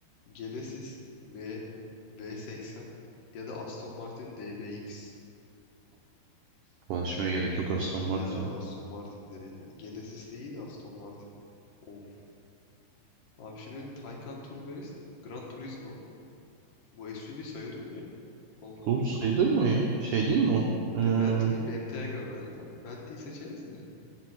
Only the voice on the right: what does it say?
Konuşmaya gerek yok Aston
Martin.
Tool
sayılır mı ya? Şey değil mi o? Ee,